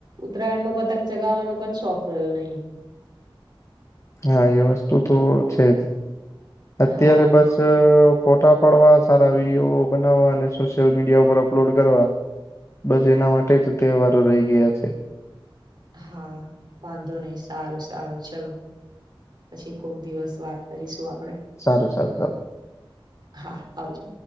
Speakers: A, on the right; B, on the left.
A: ઉત્તરાયડમાં પતંગ ચગાવાનો પણ શોખ રહ્યો નહીં
B: હા એ વસ્તુ તો છે જ અત્યારે
A: હા,
B: બસ ત ફોટા પાડવા સારા વિડીયો બનાવવા અને સોશિયલ મીડિયા ઉપર અપલોડ કરવા બસ એના માટે જ તહેવારો રહી ગયા છે.
A: હા વાંધો નહી સારું સારું ચલો. પછી કોક દિવસ વાત કરીશું આપડે
B: સારું સારું ચાલો
A: હા આવજો